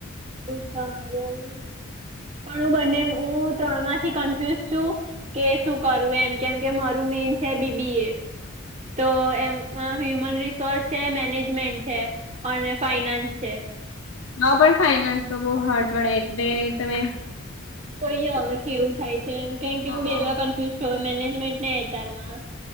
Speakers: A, on the right; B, on the left.
A: હ પણ હું બને હું ત્રણમાંથી કન્ફ્યુઝ છું કે શું કરવું એમ કેમ કે મારું મેન છે બીબી એ તો એમાં હ્યુમન રિસોર્સ છે મેનેજમેન્ટ છે અને ફાઈનાન્સ છે
B: હા પણ ખાઈને તો બહ હાડ પડે એટલે તમે
A: કોઈય હવે કેવું થાય છેમ કેમ કે
B: હા
A: હું બેમાં કન્ફ્યુઝ છ મેનેજમેન્ટને એચઆરમાં